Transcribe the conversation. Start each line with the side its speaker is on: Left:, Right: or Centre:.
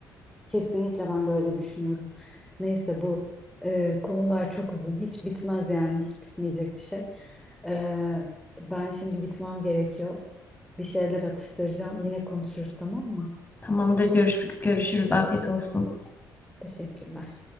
Centre: Kesinlikle ben de öyle düşünüyorum. Neyse bu e, konular çok uzun hiç bitmez yani hiç bitmeyecek bir şey. Ee, ben şimdi gitmem gerekiyor. Bir şeyler atıştıracağım. Yine konuşuruz tamam mı?
Left: Tamamdır, görüş görüşürüz. Afiyet olsun.
Centre: Teşekkürler.